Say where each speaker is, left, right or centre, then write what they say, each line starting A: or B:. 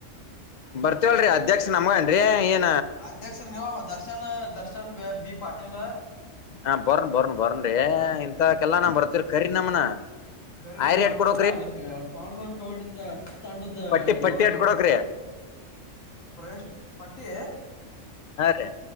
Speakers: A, on the left; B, on the left.
A: ಬರ್ತವಲ್ರರಿ ಅಧ್ಯಕ್ಷ ನಮಗನ್ರಿ ಏನ್
B: ಅಧ್ಯಕ್ಷರ ನೀವು ದರ್ಶನ್ ದರ್ಶನ್ ಬಿ ಪಾಟೀಲ್.
A: ಹಾ ಬರನ್ ಬರನ್ ಬರನ್ರಿ ಇಂತ ಕೆಲ್ಲಾ ನಾ ಬರ್ತರಿ ಕರಿ ನಮನ.
B: ಕರಿ
A: ಆಯ್ರಿ
B: ಮತ್
A: ಎಟ್ ಕೊಡಕ್ರಿ
B: ನೀವಲಿಕ್ಕೆ ಪಾವಂಡ ಹೊಡಿತ ತಂಡದ
A: ಪಟ್ಟಿ ಪಟ್ಟಿ
B: ಇವ್ರ
A: ಎಟ್ ಕೊಡಕ್ರಿ
B: ಪ್ರವೇಶ ಪಟ್ಟಿ.
A: ಹಾ ರೀ